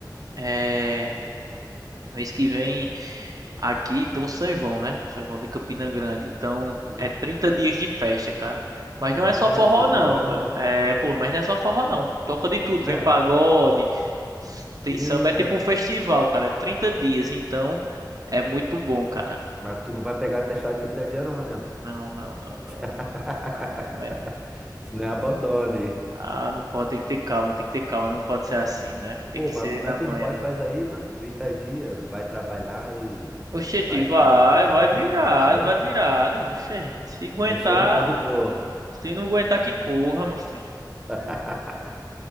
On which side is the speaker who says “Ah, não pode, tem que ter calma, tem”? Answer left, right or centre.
Right